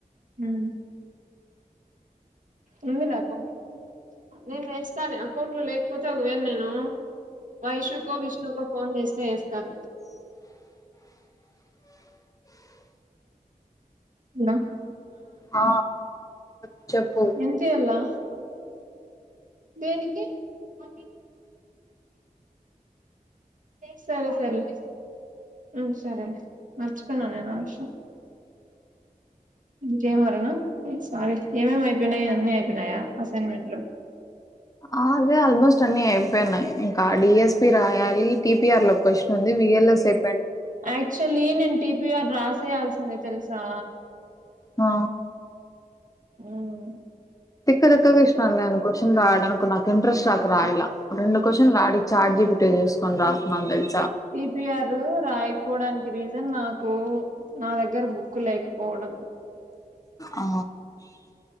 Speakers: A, on the right; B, on the left.
A: మ్ ఉంది నా అకౌంట్ నేను వేస్తానులే అకౌంట్ లో లేకపోతే ఒకవేళ నేను వైషుకో విష్ణుకో ఫోన్ చేసినా ఏస్తారు లో
B: ఆ చెప్ చెప్పు
A: ఎంతి ఎల్లా దేనికి అన్ని సరే సరేలే మ్ సరేలే మర్చిపోయిన నేను ఆ విషయం ఇంకేం ఆరునా సారీ ఏమేమి అయిపోయినాయి అన్నీ అయిపోయినాయా అసైన్మెంట్లు
B: ఆ అదే ఆల్మోస్ట్ అన్ని అయిపోయిన్నాయి ఇంకా డిఎస్పి రాయాలి టిపిఆర్ లో క్వశ్చన్ ఉంది విఎల్ఎస్ ప్
A: యాక్చువల్లీ నేను టీపిఆర్ రాసేయాల్సిందే తెలుసా
B: ఆ
A: హ్మ్
B: తిక్క తిక్కగ ఇస్తాను నేను క్వశ్చన్ రాయాలనుకున్నక ఇంట్రెస్ట్ నాకు రాయలా రెండు క్వశ్చన్స్ లాడి చాట్ జిపిటి చూసుకొని రాస్తున్నాను తెల్
A: టిపిఆర్ రు రాయకపోవడానికి రీజన్ నాకు నా దగ్గర బుక్ లేకపోవడం
B: ఆ